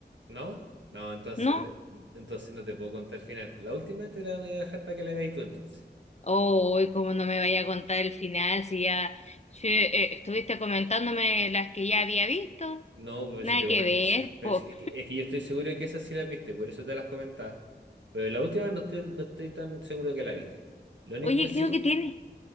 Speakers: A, on the right (about 85°); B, on the left (about 35°).
A: ¿No? No, entonces
B: no.
A: no te, entonces no te puedo contar el final. La última te la voy a dejar para que la veas tú entonces.
B: Oh, como no me vaya a contar el final si ya che, eh, estuviste comentándome las que ya había visto,
A: No, pero
B: nada
A: si te come-
B: que ver,
A: si- pero
B: po.
A: si- es que, es que yo estoy seguro que esas sí las viste, por eso te las comentaba. Pero la última no estoy, no estoy tan seguro que la viste. Lo único
B: Oye,
A: que sí,
B: creo que tiene,